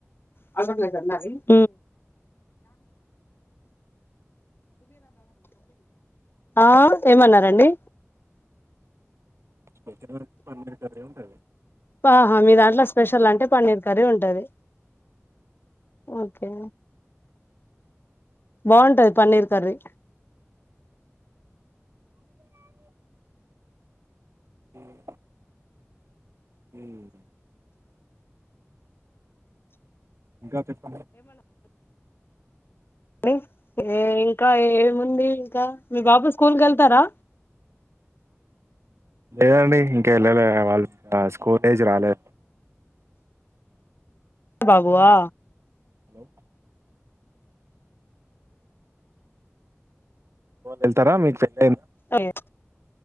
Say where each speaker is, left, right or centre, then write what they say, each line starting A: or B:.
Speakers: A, on the left (about 45°); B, on the right (about 65°).
A: హుమ్ ఆ ఏమన్నారండి
B: స్పెషల్ పన్నీరు కర్రి ఉంటంది
A: ఆహా మీ దాంట్లో స్పెషల్ అంటే పన్నీర్ కర్రీ ఉంటది ఓకే బాగుంటది పన్నీరు కర్రి
B: హ హ్మ్ ఇంకా చెప్ప
A: ని ఏ ఇంకా ఏముంది మీ బాబు స్కూల్ కి వెళ్తారా
B: లేదండి ఇంకా వెళ్ళలే వాళ్ళు స్కూల్ ఏజ్ రాలే
A: బాబువా
B: హలో వెళ్తారా మీకు పెళ్
A: ఓ